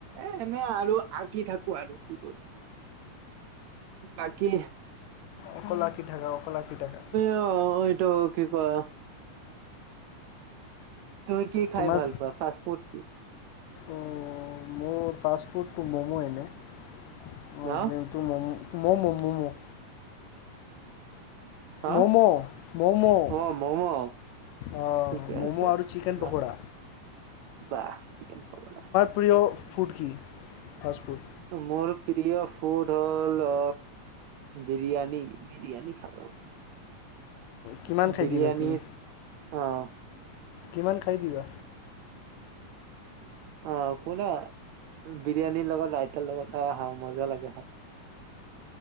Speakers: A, on the right; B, on the left.
A: এ এনেই আৰু আঁকি থাকো আৰু কি কৰি। আঁকি
B: অকল আঁকি থাকা, অকল আঁকি থাকা।
A: অঁ এইটো কি কয় তুমি কি খায়
B: তোমাৰ
A: ভাল পোৱা ফাষ্টফুড?
B: অ' মোৰ ফাষ্ট ফুডটো ম'ম' এনে <inaudible>
A: হা
B: তটো মম' ম'ম ম'ম।
A: হা
B: ম'ম' ম'ম'।
A: অ', ম'ম'
B: অঁ
A: ঠিকে
B: ম'ম'
A: আছে।
B: আৰু চিকেন
A: ভাল
B: পকৰা।
A: বাহ চিকেন পকৰা!
B: প্ৰিয় ফুড কি? Fast food.
A: মোৰ প্ৰিয় ফুড হ'ল অ বিৰিয়ানী, বিৰিয়ানী খালোঁ।
B: কিমান খায়
A: বিৰিয়ানীত
B: দিবা তুমি?
A: অ',
B: কিমান খায় দিবা?
A: অঁ পোৰা, বিৰিয়ানীৰ লগত ৰাইতাৰ লগত আহ আহা মজা লাগে খায়।